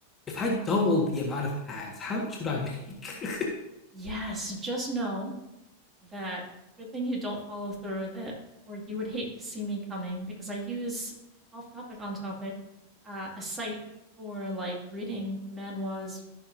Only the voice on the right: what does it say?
yes. Just know that good thing you don't follow through with it, or you would hate to see me coming because I use off topic, on topic, uh, a site for like reading manhwas